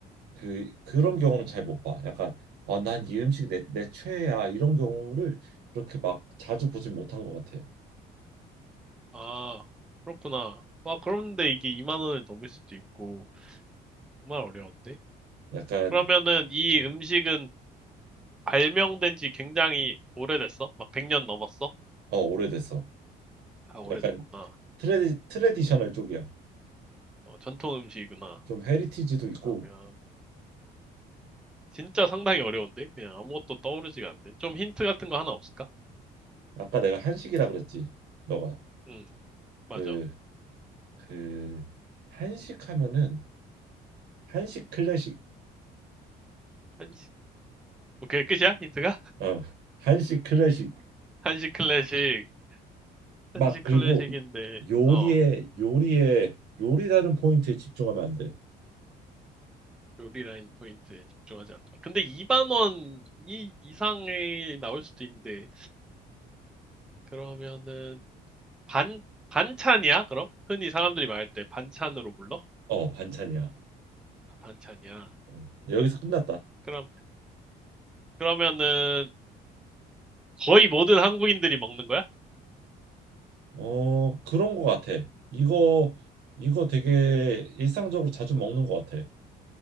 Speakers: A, on the right (about 75°); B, in the centre.
A: 그 그런 경우는 잘 못 봐. 약간 아, 난 이 음식 내, 내 최애야 이런 경우를 그렇게 막 자주 보진 못한 것 같아.
B: 아 그렇구나. 와 그런데 이게 2만 원을 넘을 수도 있고 정말 어려운데?
A: 약간
B: 그러면은 이
A: 네.
B: 음식은 발명된 지 굉장히 오래됐어? 막 100년 넘었어?
A: 어 오래됐어.
B: 아 오래됐구나.
A: 약간 트레디 트레디셔널 쪽이야.
B: 어, 전통 음식이구나.
A: 좀 헤리티지도 있고
B: 그러면 진짜 상당히 어려운데? 그냥 아무것도 떠오르지가 않네. 좀 힌트 같은 거 하나 없을까?
A: 아까 내가 한식이라 그랬지. 너가
B: 응 맞아.
A: 그 그 한식 하면은 한식 클래식
B: 한식. 오케이 끝이야? 힌트가? <laughs>
A: 어 한식 클래식
B: 한식 클래식 한식
A: 응막 그리고
B: 클래식인데,
A: 요리에
B: 어,
A: 요리에 요리라는 포인트에 집중하면 안 돼.
B: 요리 라인 포인트에 집중하지 않는다. 근데 2만 원 이, 이상이 나올 수도 있는데, 그러면은, 반, 반찬이야? 그럼? 흔히 사람들이 말할 때 반찬으로 불러?
A: 어 반찬이야.
B: 아, 반찬이야.
A: 음, 여기서 끝났다.
B: 그럼, 그러면은, 거의 모든 한국인들이 먹는 거야?
A: 어, 그런 거 같아. 이거 이거 되게 일상적으로 자주 먹는 거 같아.